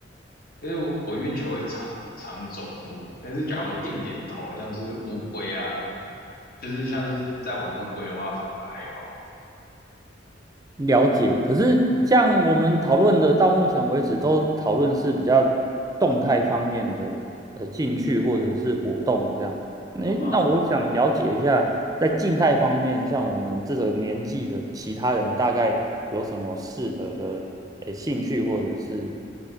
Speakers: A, on the left; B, on the right.
A: 因为我我运球会常常走步，但是假如定点投，像是乌龟啊，就是像是在玩乌龟的话，反而还好
B: 了解。可是像我们讨论的，到目前为止都讨论是比较动态方面的呃兴趣或者是活动这样。诶，
A: 啊。
B: 那我想了解一下，
A: 嗯，
B: 在静态方面，像我们这个年纪的其他人，大概有什么适合的呃兴趣或者是